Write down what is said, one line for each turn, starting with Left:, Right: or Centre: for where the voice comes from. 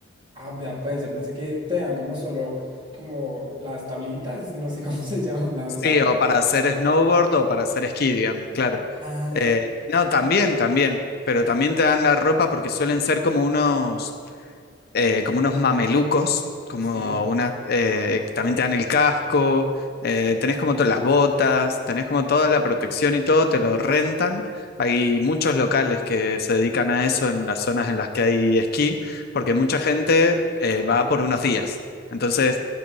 Right: Ah, vea, pues yo pensé que te dan como solo como las tablitas, es que no sé <laughs> cómo se llaman, la verdad.
Left: Sí, o para hacer snowboard o para hacer esquí, digamos, claro.
Right: Ah,
Left: Eh, no, también, también, pero también te dan la ropa porque suelen ser como unos eh, como unos mamelucos, como
Right: sí,
Left: unas, eh, también te dan el casco, eh, tenés como todas las botas, tenés como toda la protección y todo, te lo rentan. Hay muchos locales que se dedican a eso en las zonas en las que hay esquí, porque mucha gente eh, va por unos días. Entonces,